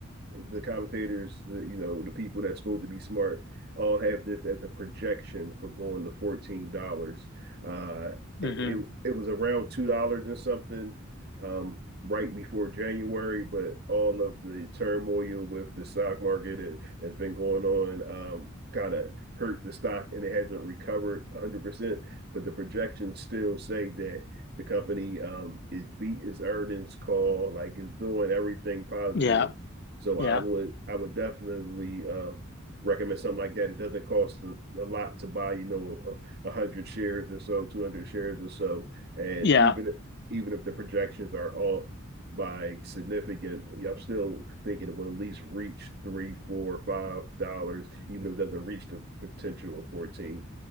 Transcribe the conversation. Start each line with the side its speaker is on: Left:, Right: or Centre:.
Right: the commentators, the, you know, the people that's supposed to be smart, all have this as a projection for going to fourteen dollars. Uh,
Left: hmm
Right: it, it it was around two dollars and something um, right before January, but all of the turmoil with the stock market and has been going on um, kind of hurt the stock and it hasn't recovered 100%. But the projections still say that the company um, is beat its earnings call, like it's doing everything positive.
Left: Yeah.
Right: So
Left: Yeah.
Right: I would I would definitely uh, recommend something like that. It doesn't cost a, a lot to buy, you know, a, a hundred shares or so, two hundred shares or so, and
Left: Yeah.
Right: even even if the projections are off by significant, I'm still thinking it will at least reach three, four, five dollars, even if it doesn't reach the potential of fourteen.